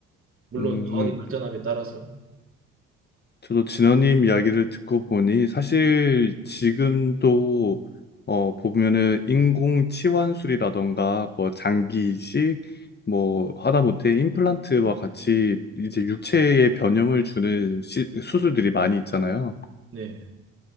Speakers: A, on the right; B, on the left.
A: 물론
B: 음,
A: 과학이 발전함에 따라서.
B: 저도 진원님 이야기를 듣고 보니 사실 지금도 어 보면은 인공 치환술이라던가 뭐 장기 이식 뭐 하다못해 임플란트와 같이 이제 육체의 변형을 주는 시- 수술들이 많이 있잖아요.
A: 네.